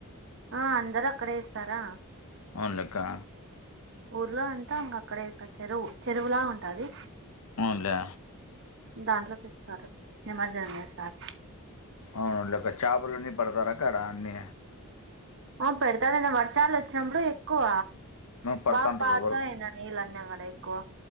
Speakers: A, on the right; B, on the left.
A: ఆ అందరూ అక్కడే ఏస్తారా
B: అవునులే కా
A: ఊర్లో అంతా ఇంగ అక్కడ చెరువు చెరువులా ఉంటది
B: అవును లే
A: దాంట్లోకి ఇస్తారు నిమర్జనం సారి
B: అవును అవునులేక్కా చేపలన్నీ పడతార అక్క అన్నీ
A: ఆ పడతారు అన్న వర్షాలు వచ్చినప్పుడు ఎక్కువ
B: ఆ, పడుతుంటారు
A: బాగ పారుతాయి
B: వాళ్ళు
A: అన్నా నీళ్ళు అన్ని అక్కడ ఎక్కువ